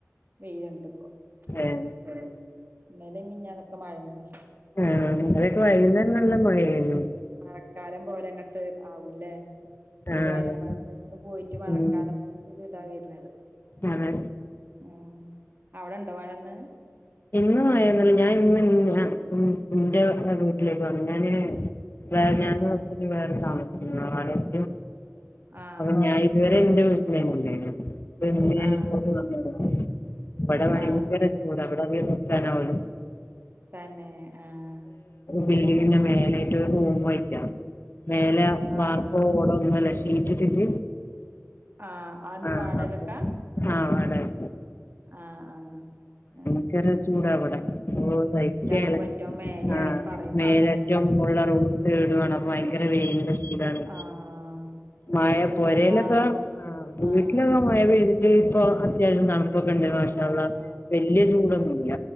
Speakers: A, on the right; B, on the left.
A: വെയിലണ്ടിപ്പോ.
B: എയ്
A: ഏഹ് ഇന്നലെ മിനിഞ്ഞാനൊക്കെ മഴയല്ല <unintelligible>
B: ആഹ് ഇന്നലെയൊക്കെ വൈകുന്നേരം നല്ല മഴയായിരുന്നു
A: മഴക്കാലം പോലെ അങ്ങട്ട് ആവൂല്ലേ. ഒരു
B: ആഹ്
A: വേനൽ <unintelligible> നിന്ന് പോയിട്ട് മഴക്കാലം
B: ഉം
A: പോലത്തെ ഒരിതാ വരുന്നത്.
B: അതെ
A: ഉം അവിടെ ഉണ്ടോ മഴ ഇന്ന്?
B: ഇന്ന് മഴയൊന്നൂല്ല. ഞാൻ ഇന്ന് യ ഉം എന്റെ വീട്ടിലേക്ക് വന്ന് ഞാന് വേറെ
A: ആഹ്
B: ഞാനും ഹസ്ബൻ്റ് വേറെ താമസിക്കുന്നു വാടകയ്ക്ക്
A: ആഹ്
B: അപ്പൊ ഞാൻ ഇതുവരെ എന്റെ വീട്ടില് ആയിരുന്നു ഉണ്ടായിരുന്നേ അപ്പോ ഇന്ന് ഞാൻ
A: ആഹ്
B: ഇങ്ങോട്ട് വന്നതാ. ഇവിടെ ഭയങ്കര
A: ആഹ്
B: ചൂടാ. അവിടെ <unintelligible>
A: തന്നെ ആഹ്
B: ബിൽഡിങ്ങിന്റെ മേലായിട്ട് ഒരു റൂമ് ആയിട്ടാ. മേലെ വാർപ്പോ
A: ആഹ്
B: ഓടൊ ഒന്നൂല്ല ഷീറ്റിട്ടിട്ട്
A: ആഹ് അതെന്താ.
B: ആഹ്
A: വാടകക്കാ?
B: അപ്പൊ ആഹ് വാടകക്ക്.
A: ആഹ് ആഹ് അങ്ങ
B: ഭയങ്കരാ ചൂടാ അവിടെ. ഓ സഹിക്കേലാ
A: ആകുമ്പോ ഏറ്റവും മേലെ
B: ആഹ്
A: ആണെങ്കി പറയും
B: മേളിലേറ്റവും
A: വേണ്ട ഭയങ്കര ചൂടാകാരം
B: മോളിലാ റൂമ് കേടുവാണ്. അപ്പ ഭയങ്കര വെയിലിൻ്റെ ചൂടാണ്.
A: ആഹ്
B: മഴ പൊരേലൊക്കെ
A: ചൂടാവുമ്പോ
B: ആഹ്
A: ആഹ്
B: വീട്ടിലൊക്കെ മഴ പെയ്തിട്ട് ഇപ്പൊ അത്യാവശ്യം തണുപ്പൊക്കെ ഉണ്ട്. മാഷ
A: ആഹ്
B: അള്ളാ. വല്യ ചൂടൊന്നും ഇല്ല.